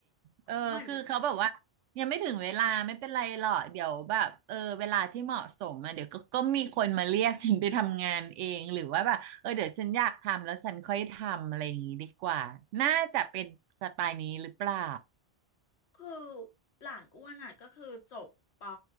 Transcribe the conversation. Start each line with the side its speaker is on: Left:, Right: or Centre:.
Right: เออคือเขาแบบว่ายังไม่ถึงเวลาไม่เป็นไรหรอกเดี๋ยวแบบเออเวลาที่เหมาะสมอ่ะเดี๋ยวก็ก็มีคนมาเรียกฉันไปทำงานเองหรือว่าแบบเออเดี๋ยวฉันอยากทำแล้วฉันค่อยทำอะไรอย่างงี้ดีกว่าน่าจะเป็นสไตล์นี้หรือเปล่า
Left: เหมือน คือหลานอ้วนอ่ะก็คือจบปอ